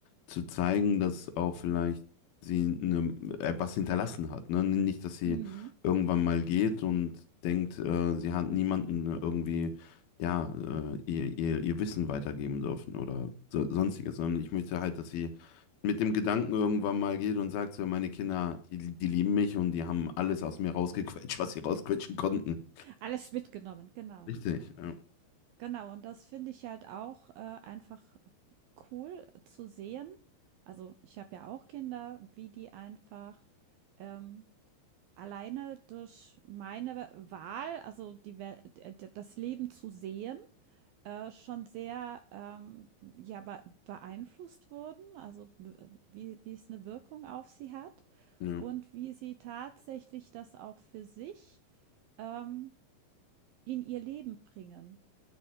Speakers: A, on the left; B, on the right.
A: zu zeigen, dass auch vielleicht sie eine, äh, was hinterlassen hat. Ne? Nicht, dass sie
B: mhm.
A: irgendwann mal geht und denkt, äh, sie hat niemanden irgendwie, ja, äh, ihr, ihr, ihr Wissen weitergeben dürfen oder so, sonstiges, sondern ich möchte halt, dass sie mit dem Gedanken irgendwann mal geht und sagt so, meine Kinder, die, die lieben mich und die haben alles aus mir rausgequetscht, was sie rausquetschen konnten.
B: Alles mitgenommen, genau.
A: Richtig, ja.
B: Genau, und das finde ich halt auch, äh, einfach cool zu sehen. Also, ich habe ja auch Kinder, wie die einfach, ähm, alleine durch meine Wahl, also die Wel d d das Leben zu sehen, äh, schon sehr ähm, ja, be beeinflusst wurden, also b- wie, wie es eine Wirkung auf sie hat
A: Ja,
B: und wie sie tatsächlich das auch für sich ähm, in ihr Leben bringen.